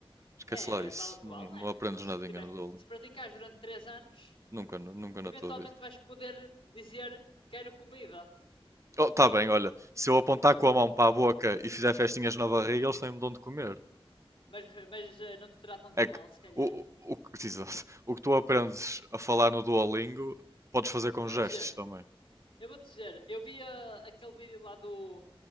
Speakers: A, on the right (about 30°); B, on the left (about 70°).
A: Esquece
B: É,
A: lá isso.
B: vale o que
A: Não,
B: vale,
A: não
B: né?
A: aprendes
B: Se,
A: nadinha
B: tiver,
A: no Duolingo.
B: se praticares durante 3 anos,
A: Nunca, nu- nunca
B: eventualmente
A: na tua vida.
B: vais poder dizer quero comida,
A: Oh, tá bem, olha, se eu apontar com a mão para a boca e fizer festinhas na barriga, eles têm-me de onde comer.
B: mas, mas eh, não te tratam
A: É
B: tão
A: que
B: mal, se calhar.
A: o, o, o que- <laughs> exato. O que tu aprendes a falar no Duolingo, podes fazer com
B: Eu vou-te
A: gestos
B: dizer,
A: também.
B: eu vou-te dizer, eu vi ah, aquele vídeo lá do